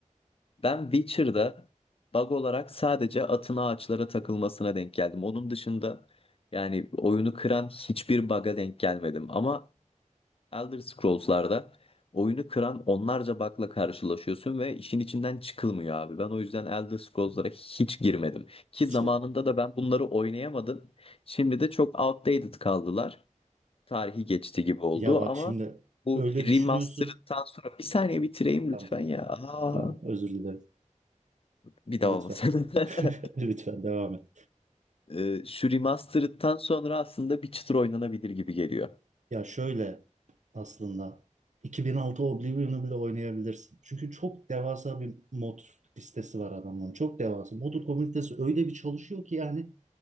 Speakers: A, on the left (about 45°); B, on the right (about 65°).
A: ben Witcher'da bug olarak sadece atın ağaçlara takılmasına denk geldim. Onun dışında yani oyunu kıran hiçbir bug'a denk gelmedim. Ama Elder Scrolls'larda oyunu kıran onlarca bug'la karşılaşıyorsun ve işin içinden çıkılmıyor abi. Ben o yüzden Elder Scrolls'lara hiç girmedim. Ki
B: İşte
A: zamanında da ben bunları oynayamadım. Şimdi de çok outdated kaldılar. Tarihi geçti gibi oldu
B: ya bak
A: ama
B: şimdi
A: bu
B: öyle
A: remaster'dan
B: düşünüyorsun.
A: sonra bir saniye bitireyim
B: Tamam.
A: lütfen ya. Aa.
B: Tamam özür dilerim.
A: Bir daha
B: Lütfen.
A: olmasın. <laughs>
B: <laughs> Lütfen devam et.
A: Ee, şu remastered'tan sonra aslında bir çıtır oynanabilir gibi geliyor.
B: Ya şöyle aslında 2006 Oblivion'u bile oynayabilirsin. Çünkü çok devasa bir mod listesi var adamların. Çok devasa. Modur komünitesi öyle bir çalışıyor ki yani